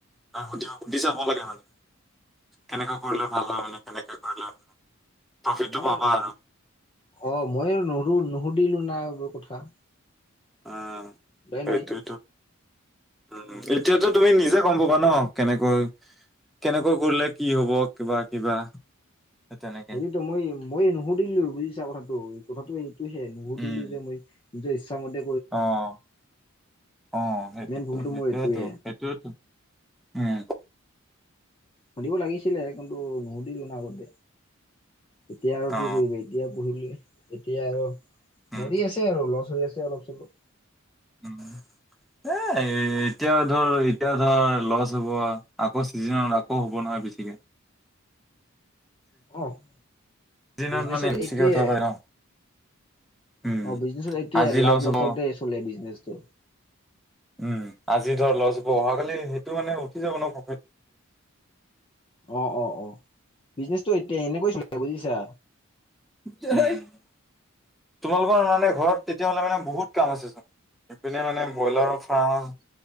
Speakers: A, in the centre; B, on the left (about 25°).
A: তাক সুধি চাব লাগে মানে। কেনেকে কৰিলে ভাল হয় মানে? কেনেকে কৰিলে প্ৰফিটটো
B: মই
A: পাবা আৰু
B: অ, মইও নোৰু নুশুধিলো না এইবোৰ কথা।
A: অ',
B: উপাই
A: সেইটোয়তো,
B: নাই
A: উম, এতিয়াতো তুমি নিজে গম পাবা ন? কেনেকৈ? কেনেকৈ কৰিলে কি হ'ব? কিবা- কিবা। সেই তেনেকে
B: সেয়েটো মই ময়ে নুশুধিলো, বুজিছা কথাটো? কথাটো এইটোহে, নুশুধিলো
A: উম
B: যে মই। নিজৰ ইচ্ছা মতে
A: অ', অ', সেইটো-সেইটোয়েটো
B: মেইন ভুলতো মোৰ এইটোৱে
A: সেইটোয়োটো। উম,
B: সুধিব লাগিছিলে, কিন্তু নুশুধিলো না আগতে এতিয়া আৰু কি
A: অ
B: কৰিবা? এতিয়া পুহি এতিয়া আৰু
A: উম
B: মৰি আছে আৰু, লছ হৈ আছে অলপ-চলপ।
A: উম, ধে এ, এতিয়া ধৰ, এতিয়া ধৰ লছ হ'ব, আকৌ চিজনত আকৌ হ'ব নহয় বেছিকে।
B: অ',
A: চিজনত
B: বিজনেচত
A: মানে বেছিকে
B: এইটোৱে।
A: উঠাব পাৰে ন উম
B: অ', বিজনেছত এইটোৱে
A: আজি
B: লাভ
A: লছ হ'ব
B: লচতে চলে বিজনেছটো।
A: উম, আজি ধৰ লছ হ'ব, অহাকালি সেইটো মানে উঠি যাব ন প্ৰফিট।
B: অ'-অ'-অ' বিজনেচটো এতিয়া এনেকৈ চলে বুজিছা?
A: <unintelligible> তোমালোকৰ মানে ঘৰত, তেতিয়া হলে মানে বহুত কাম আছে চোন। এইপিনে মানে ব্ৰইলাৰৰ ফাৰ্ম,